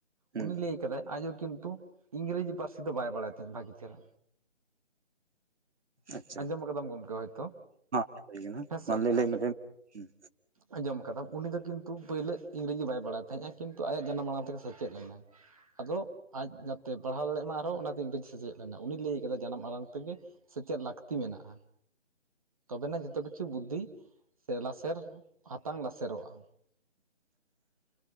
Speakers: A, on the right; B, on the right.
A: ᱦᱩᱸ
B: ᱩᱱᱤ ᱞᱟᱹᱭ ᱟᱠᱟᱫᱟᱭ ᱟᱭᱳ ᱠᱤᱱᱛᱩ ᱤᱝᱨᱮᱡᱤ ᱯᱟᱹᱨᱥᱤ ᱫᱚ ᱵᱟᱭ ᱵᱟᱲᱟᱭ ᱛᱟᱦᱮᱸᱫ ᱵᱷᱟᱜᱤ ᱪᱮᱦᱨᱟ
A: ᱟᱪᱪᱷᱟ
B: ᱟᱸᱡᱚᱢ ᱠᱟᱫᱟᱢ ᱜᱚᱝᱠᱮ ᱦᱚᱳᱭᱛᱳ
A: ᱦᱩᱭ ᱠᱟᱱᱟ
B: ᱦᱮᱸᱥᱮ
A: ᱢᱟ ᱞᱟᱹᱭ ᱞᱟᱹᱭ ᱢᱮ ᱞᱟᱹᱭ ᱢᱮ
B: ᱟᱸᱡᱚᱢ ᱟᱠᱟᱫᱟᱢ ᱩᱱᱤ ᱫᱚ ᱠᱤᱱᱛᱩ ᱯᱳᱭᱞᱳ ᱤᱝᱨᱮᱡᱤ ᱵᱟᱭ ᱵᱟᱲᱟᱭ ᱛᱟᱦᱮᱸᱜ-ᱟ ᱠᱤᱱᱛᱩ ᱟᱭᱟᱜ ᱡᱟᱱᱟᱢ ᱟᱲᱟᱝ ᱛᱮᱜᱮ ᱥᱮᱪᱮᱫ ᱞᱮᱱᱟᱭ ᱟᱫᱚ ᱟᱡ ᱡᱟᱛᱮ ᱯᱟᱲᱦᱟᱣ ᱫᱟᱲᱮᱭᱟᱜ ᱢᱟ ᱟᱨᱦᱚᱸ ᱚᱱᱟᱛᱮ ᱤᱝᱨᱮᱡᱤ ᱥᱮᱪᱮᱫ ᱞᱮᱱᱟ ᱩᱱᱤ ᱞᱟᱹᱭ ᱠᱟᱫᱟ ᱡᱟᱱᱟᱢ ᱟᱲᱟᱝ ᱛᱮᱜᱮ ᱥᱮᱪᱮᱫ ᱞᱟᱹᱠᱛᱤ ᱢᱮᱱᱟᱜ-ᱟ ᱛᱚᱵᱮᱱᱟᱜ ᱡᱚᱛᱚ ᱠᱤᱪᱷᱩ ᱵᱩᱫᱽᱫᱷᱤ ᱥᱮ ᱞᱟᱥᱮᱨ ᱦᱟᱛᱟᱝ ᱞᱟᱥᱮᱨᱚᱜ-ᱟ <unintelligible>